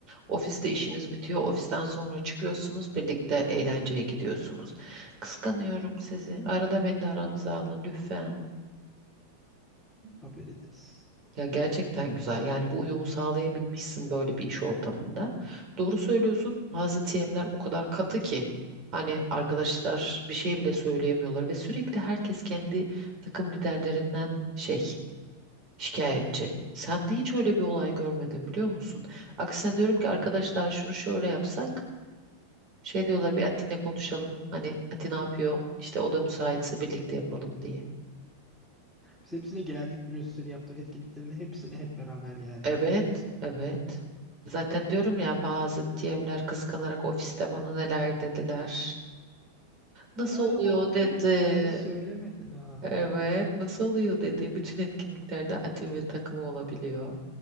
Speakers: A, on the right; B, in the centre.
A: ofiste işiniz bitiyor, ofisten sonra çıkıyorsunuz, birlikte eğlenceye gidiyorsunuz. Kıskanıyorum sizi. Arada beni de aranıza alın lütfen.
B: Haber ederiz.
A: Ya gerçekten güzel. Yani bu uyumu sağlayabilmişsin böyle bir iş ortamında. Doğru söylüyorsun. Bazı TM'ler o kadar katı ki hani arkadaşlar bir şey bile söyleyemiyorlar ve sürekli herkes kendi takım liderlerinden şey Şikayetçi. Sen de hiç öyle bir olay görmedim biliyor musun? Aksine diyorum ki
B: Sen-
A: arkadaşlar şunu şöyle yapsak. Şey diyorlar bir Atin'le konuşalım. Hani Atin ne yapıyor? İşte o da müsaitse birlikte yapalım diye.
B: Biz hepsine geldik biliyorsun senin yaptığın etkinliklerin hepsine hep beraber geldik.
A: Evet, evet. Zaten diyorum ya bazı TM'ler kıskanarak ofiste bana neler dediler. Nasıl
B: Ha,
A: oluyor
B: o olayı
A: dedi.
B: fazla söylemedin ha.
A: Evet, nasıl oluyor dedi. Bütün etkinliklerde atim ve takımı olabiliyor.